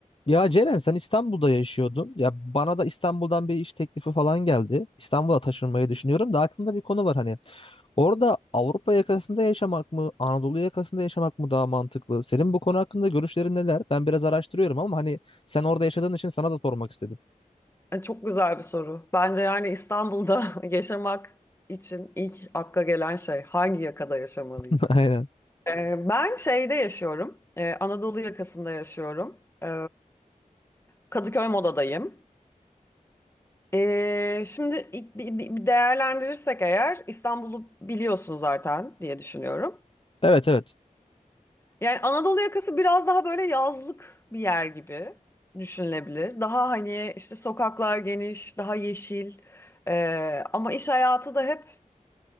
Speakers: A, on the left; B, on the left.
A: Ya Ceren sen İstanbul'da yaşıyordun. Ya bana da İstanbul'dan bir iş teklifi falan geldi. İstanbul'a taşınmayı düşünüyorum da aklımda bir konu var hani. Orada Avrupa yakasında yaşamak mı, Anadolu yakasında yaşamak mı daha mantıklı? Senin bu konu hakkında görüşlerin neler? Ben biraz araştırıyorum ama hani sen orada yaşadığın için sana da sormak istedim.
B: E, Çok güzel bir soru. Bence yani İstanbul'da <laughs> yaşamak için ilk akla gelen şey hangi yakada yaşamalıyım?
A: <laughs> Aynen.
B: E, ben şeyde yaşıyorum. E, Anadolu yakasında yaşıyorum. E, Kadıköy Moda'dayım. E, şimdi i- bi- bi- değerlendirirsek eğer İstanbul'u biliyorsun zaten diye düşünüyorum.
A: Evet evet.
B: Yani Anadolu yakası biraz daha böyle yazlık bir yer gibi düşünülebilir. Daha hani işte sokaklar geniş, daha yeşil. Ee, ama iş hayatı da hep